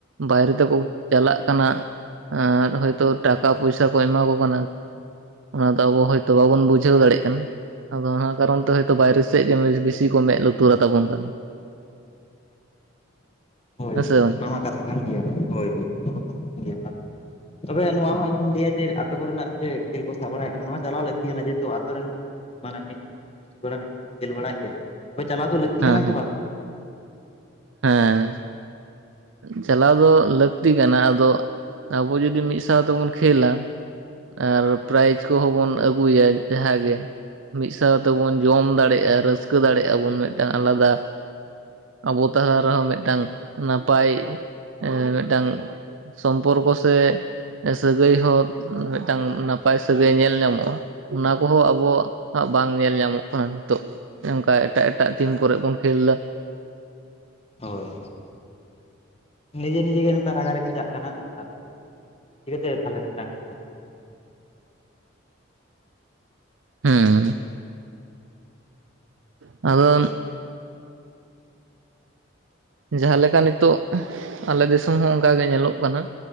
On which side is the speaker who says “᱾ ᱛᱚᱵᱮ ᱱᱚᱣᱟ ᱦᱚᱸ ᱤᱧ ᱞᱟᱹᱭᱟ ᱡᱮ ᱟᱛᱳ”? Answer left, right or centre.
Left